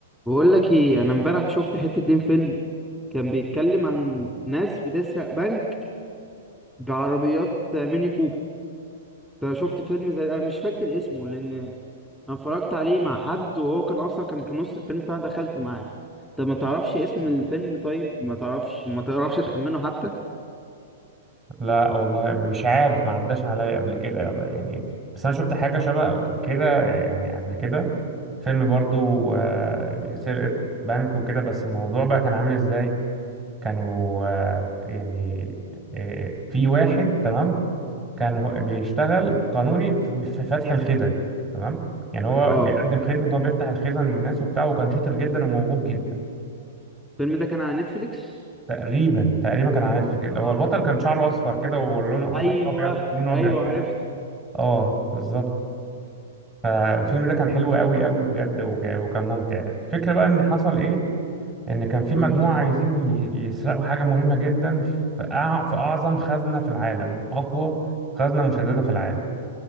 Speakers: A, in the centre; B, on the right (about 20°).
A: بقول لك ايه انا امبارح شفت حتة دين فيلم كان بيتكلم عن ناس بتسرق بنك بعربيات ميني كوبر انت شفت فيلم زي انا مش فاكر اسمه لان انا اتفرجت عليه مع حد وهو كان اصلا كان في نص الفيلم فانا دخلت معاه طب ما تعرفش اسم الفيلم طيب ما تعرفش ما تعرفش تخمنه حتى
B: لا والله مش عارف ما عداش عليا قبل كده يابا يعني بس انا شفت حاجه شبه كده يعني قبل كده فيلم برضو آه، سرقه بنك وكده بس الموضوع بقى كان عامل ازاي كانوا آه، يعني آه، في واحد تمام كان هو بيشتغل قانوني في في فتح الخزن تمام يعني هو
A: اه
B: بيقدم خدمه ان هو بيفتح الخزن للناس وبتاع وكان شاطر جدا وموهوب جدا
A: الفيلم ده كان على نتفليكس
B: تقريبا تقريبا كان عارف كده
A: اه
B: هو البطل كان شعره اصفر كده ولونه وشعره
A: ايوه
B: ابيض لونه ابيض
A: ايوه
B: كده
A: عرفت
B: اه بالظبط فالفيلم ده كان حلو قوي قوي بجد وك- وكان ممتع الفكرة بقى ان حصل ايه ان كان في مجموعة
A: قول لي
B: عايزين ي- يسرقوا حاجة مهمة جدا في أع- في اعظم خزنة في العالم واقوى خزنة مشددة في العالم